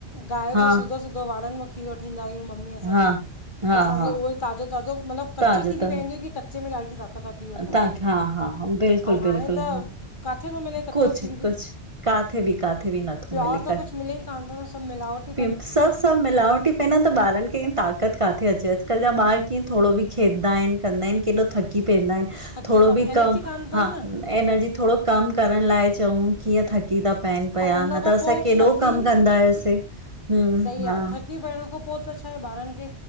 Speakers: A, on the left (about 45°); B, on the right (about 30°).
A: गाइन
B: हा
A: जो सिधो -सिधो वारनि मुंखे खीर वठींदा आहियू, मम्मी असांजूं
B: हा हा
A: त असांखे
B: हा
A: उवई ताज़ो ताज़ो मतिलबु क़च्चो
B: तव्हांजो
A: खीर ही
B: तव्हां
A: पेइंदी ही की क़च्चो क़च्चे में ॾाढी ताक़त आ, पी वठो
B: तव्हांखे हा हा हा बिल्कुलु
A: ऐं हाणे
B: बिल्कुलु
A: त
B: हा
A: काथे तो मिले क़च्चो
B: कुझु
A: खीर बि,
B: कुझु किथे बि किथे बि नथो
A: प्योर
B: मिले
A: तो
B: क
A: कुझ मिले कोने थो न सभु मिलावट
B: <unintelligible> सभु मिलावट ई पेदा त ॿारनि खे ईअं ताक़त काथे अचे, अॼुकाल्हु जा ॿार कीअं थोरो बि खेॾंदा हिन। कंदा आहिनि केॾो थकी पवंदा आहिनि
A: थकी
B: थोरो
A: था
B: बि
A: एनर्जी
B: कम
A: कान अथनि
B: हा
A: न
B: एनर्जी थोरो कमु करण लाइ चऊं कीअं थक थकी ता पाइनि पिया,
A: ऐं उन
B: न
A: खां
B: त असां
A: पोइ
B: केॾो
A: थकी
B: कमु कंदा हुआसीं। हम्म
A: सही
B: हा
A: आहे थकी पाइण खां पोइ त छा आहे ॿारनि खे